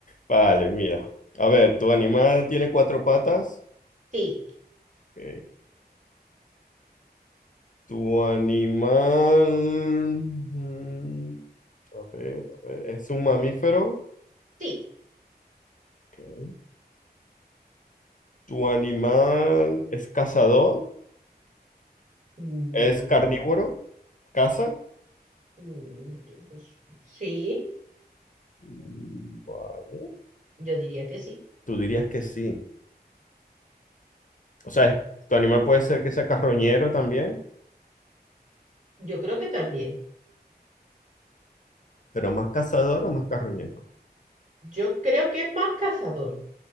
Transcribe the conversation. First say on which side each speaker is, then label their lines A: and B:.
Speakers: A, on the left; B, on the right.
A: Vale, mira. A ver, ¿tu animal tiene cuatro patas?
B: Sí,
A: Ok. ¿Tu animal... mm, A ver, a ver, ¿es un mamífero?
B: sí.
A: Ok. ¿Tu animal es cazador?
B: Mm,
A: ¿Es carnívoro? ¿Caza?
B: mm, pues, sí,
A: Mm, Vale.
B: yo diría que sí.
A: Tú dirías que sí. O sea, es- tu animal puede ser que sea carroñero también,
B: Yo creo que también.
A: pero más cazador o más carroñero.
B: Yo creo que es más cazador.